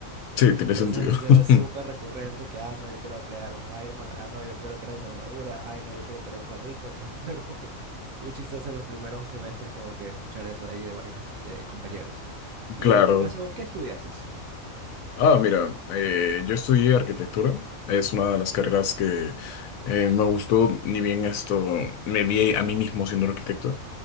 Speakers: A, on the left (about 80°); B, on the right (about 75°).
A: Sí,
B: Entonces
A: tiene sentido.
B: eso era
A: <laughs>
B: súper recurrente que, ah, no, yo quiero crear un Ironman, ah, no, yo quiero crear una armadura, ay, no, yo quiero crear un carrito. <laughs> Entonces era como que muy chistoso los primeros semestres como que escuchar eso ahí de varios eh, compañeros. Y
A: Claro.
B: en tu caso, ¿qué estudiaste?
A: Ah, mira, eh, yo estudié arquitectura. Es una de las carreras que eh, me gustó, ni bien esto, me vi a mí mismo siendo arquitecto.